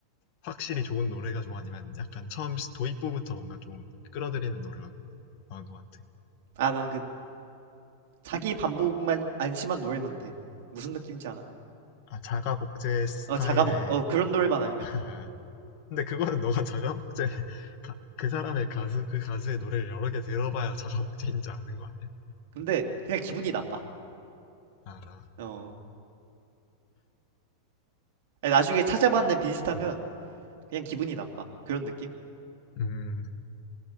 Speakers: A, on the left; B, on the right.
A: 확실히 좋은 노래가 좋아 아니면 약간 처음 도입부부터 뭔가 좀 끌어들이는 노래가 나은 것 같아.
B: 아, 난 그 자기 반복만 안심한 노래만 돼. 무슨 느낌인지 아나?
A: 아, 자가 복제 스타일의
B: 어, 자가복 어, 그런 노래만 아니면
A: <laughs>
B: 돼.
A: 근데 그거는 너가 자가 복제 <laughs> 가- 그 사람의 가수 그 가수의 노래를 여러 개 들어봐야 자가 복제인지 아는 거 아니야?
B: 근데 그냥 기분이 나빠.
A: 아,
B: 어. 아니, 나중에 찾아봤는데 비슷하면
A: 응.
B: 그냥 기분이 나빠. 그런 느낌?
A: 음,